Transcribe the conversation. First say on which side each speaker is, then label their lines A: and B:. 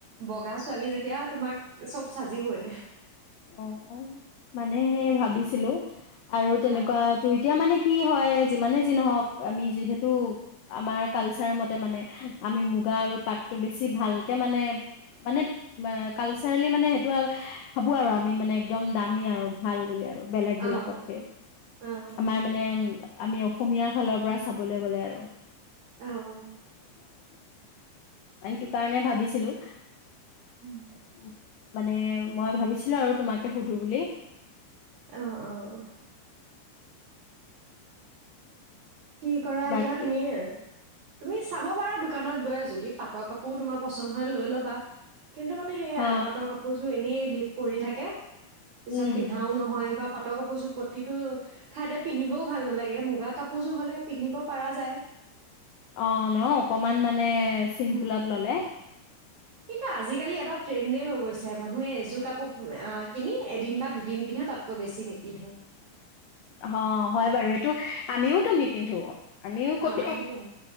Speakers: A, on the right; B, on the left.
A: বগা ছোৱালী যেতিয়া। তোমাক চব সাজিবই।
B: অ অ মানে সে ভাবিছিলো। আৰু তেনেকুৱা
A: অঁ
B: টো এতিয়া মানে কি? হয় যিমানে যি নহওক আমি যিহেতু, আমাৰ কালচাৰ মতে মানে আমি মুগা আৰু পাতটো বেছি ভালকে মানে, মানে, কালচাৰেলি মানে সেইটো আৰু। ভাবোঁ আৰু আমি মানে, একদম দামী আৰু ভাল বুলি। আৰু আৰু বেলেগ বিলাকতকে
A: অঁ অঁ
B: আমাৰ মানে উ আমি অসমীয়াৰ ফালৰ পৰা চাবলৈ গলে আৰু,
A: অঁ
B: সেইটো কাৰণে ভাবিছিলো। <inaudible>
A: উম।
B: মানে মই ভাবিছিলো আৰু তোমাকে সুধো বুলি।
A: অহ অহ। কি কৰা
B: বাকী
A: এতিয়া তুমিয়ে। তুমি চাব পাৰা দোকানত গৈ যদি পাটৰ কাপোৰ তোমাৰ পচন্দ হয় লৈ ল'বা। কিন্তু মানে সেয়াই
B: হা
A: আৰু পাটৰ কাপোৰযোৰ এনেই। ভিত পৰি থাকে। পিছত
B: উম
A: পিন্ধাও নহয়। বা পাটৰ কাপোৰযোৰ প্ৰতিটো, ঠাইতে পিন্ধিবও ভাল নালাগে মুগা কাপোৰ। পুযোৰ হ'লে পিন্ধিব পাৰা যায়।
B: অ ন অকমান মানে। চিম্পুলত
A: উম।
B: ললে।
A: কিন্তু আজিকালি এটা ট্ৰেণ্ডেই হৈ গৈছে মানুহে এযোৰ কাপোৰ আ কিনি এদিন বা দুদিন পিন্ধে তাতকৈ বেছি নিপিন্ধে।
B: অ হয় বাৰু সেইটো আমিও টো নিপিন্ধো। আমিও
A: অ
B: ক'ত
A: সেইয়াই,